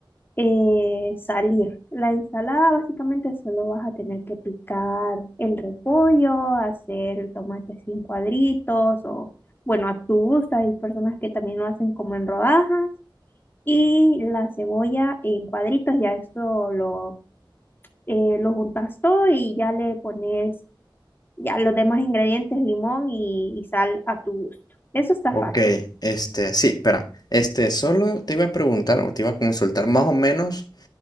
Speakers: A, on the left; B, on the left.
A: eh, salir. La ensalada básicamente solo vas a tener que picar el repollo, hacer el tomate así en cuadritos o, bueno, a tu gusto. Hay personas que también lo hacen como en rodajas y la cebolla en cuadritos. Ya eso lo, eh, lo juntas todo y ya le pones ya los demás ingredientes, limón y, y sal a tu gusto. Eso está
B: Ok,
A: fácil.
B: este, sí, espera. Este, solo te iba a preguntar o te iba a consultar más o menos